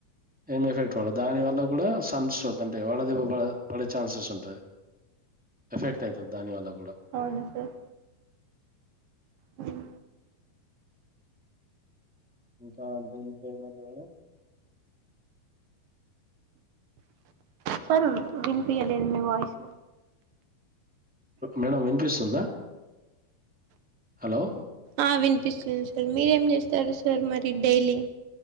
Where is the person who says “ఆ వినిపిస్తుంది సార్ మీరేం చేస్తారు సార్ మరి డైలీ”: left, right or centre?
Right